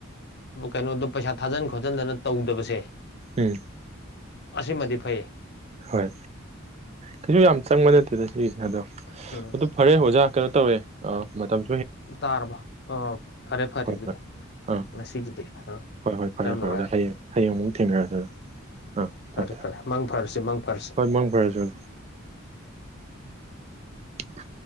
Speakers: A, on the left; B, on the right.
A: ꯀꯩꯅꯣꯗꯣ ꯄꯩꯁꯥ ꯊꯥꯖꯟ ꯈꯣꯠꯆꯤꯟꯗꯅ ꯇꯧꯗꯕꯁꯦ
B: ꯎꯝ
A: ꯑꯁꯤꯃꯗꯤ ꯐꯩꯌꯦ
B: ꯍꯣꯏ ꯀꯩꯁꯨ ꯌꯥꯝ ꯆꯪꯕ ꯅꯠꯇꯦꯗ ꯁꯤꯒꯤꯁꯤꯅꯗꯣ
A: ꯎꯝ
B: ꯑꯗꯨ ꯐꯔꯦ ꯑꯣꯖꯥ ꯀꯩꯅꯣ ꯇꯧꯋꯦ ꯑ ꯃꯇꯝ
A: ꯇꯥꯔꯕ ꯑꯣ ꯐꯔꯦ ꯐꯔꯦ
B: ꯍꯣꯏ
A: ꯑꯗꯨꯗꯤ
B: ꯍꯣꯏ ꯑꯥ
A: ꯉꯁꯤꯒꯤꯗꯤ ꯑꯥ
B: ꯍꯣꯏ ꯍꯣꯏ ꯐꯔꯦ
A: ꯌꯥꯝ ꯅꯨꯡꯉꯥꯏꯔꯦ
B: ꯐꯔꯦ ꯑꯣ ꯍꯌꯦꯡ ꯍꯌꯦꯡ ꯑꯃꯨꯛ ꯊꯦꯡꯅꯔꯁꯤꯦ ꯑꯗꯨ ꯑꯥ
A: ꯐꯔꯦ
B: ꯊꯝꯃꯦ ꯊꯝꯃꯦ
A: ꯐꯔꯦ ꯃꯥꯡ ꯐꯔꯁꯤ ꯃꯥꯡ ꯐꯔꯁꯤꯦ
B: ꯍꯣꯏ ꯃꯪꯈꯔꯁꯨ ꯑ